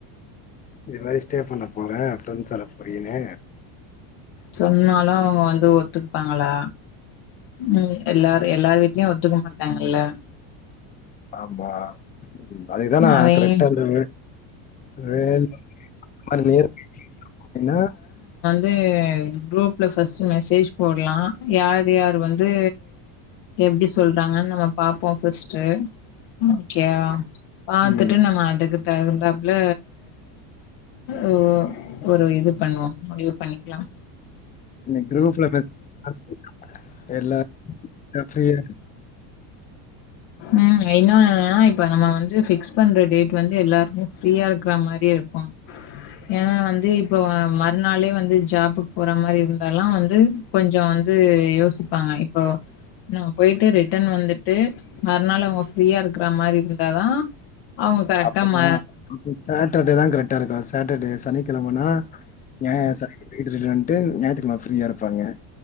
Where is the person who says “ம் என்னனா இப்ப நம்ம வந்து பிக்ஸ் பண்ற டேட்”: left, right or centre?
Left